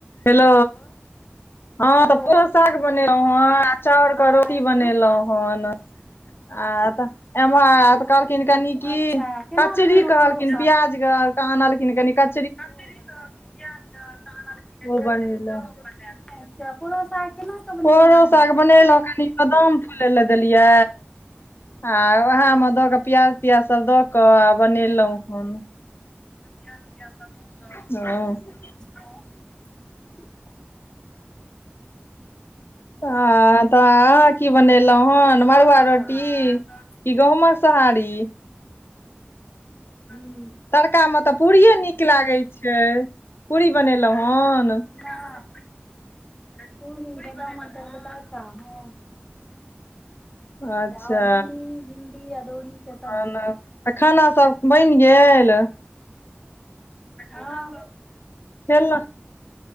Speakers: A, on the left; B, on the left.
A: हेलो।
B: हँ
A: हँ
B: हेलो
A: तऽ पोरो साग बनेलहुँं हँ आ चाउर
B: हँ
A: के रोटी
B: हेलो
A: बनेलैहुँ हन। आ तऽ एम्हर आ त कहलखिन कनी की
B: अच्छा केना
A: कचरी
B: बनेलहुँ
A: कहलखिन
B: परो
A: प्याज कऽ आनलखिन कनि क
B: कचरी कहलखिन प्याज क तऽ आनलखिन कनि
A: ओ
B: कचरी
A: बनेलहुँ
B: सेहो बनेब खेब अच्छा पोरो साग केना कऽ बनेलहुँ
A: पोरो
B: हेँ
A: साग बनेलैउ कनि बदाम फुले लए देलियै। आ उएहमे दऽक पियाज तियाज सब दऽक आ बनेलैउ हन।
B: किया किया करबै।
A: हँ।
B: ह।
A: हँ तऽ अहाँ की बनेलहुँ हन
B: तोहर
A: मड़ुआ
B: आवाज
A: रोटी।
B: आबै
A: कि
B: छौ
A: गहुँमक सोहारी।
B: अङ
A: तड़कामे तऽ पूड़िये नीक लागै छै पूरी बनेलैहुँ हन।
B: ह पूरी बादाम मटरके तड़का हँ।
A: अच्छा
B: आओर झुमनी भिंडी अदौरी के सब्जी
A: खाना तऽ खाना सब बनि गेल?
B: हँ।
A: खेल